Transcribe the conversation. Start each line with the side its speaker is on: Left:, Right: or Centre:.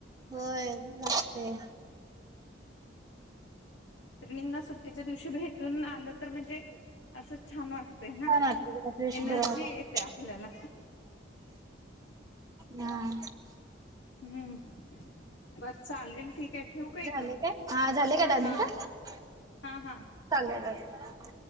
Right: होय जास्त हाय.
Left: ना सुट्टेच्या दिवशी भेटून आलं तर म्हणजे असं छान वाटत ना
Right: छान वाटतंय जरा फ्रेश
Left: एनर्जी
Right: बरं वाटतंय
Left: येते आपल्याला
Right: हा.
Left: हम्म बर चालेल ठीक आहे ठेवू
Right: <inaudible>
Left: काय ग हा हा हा
Right: चालेलेल य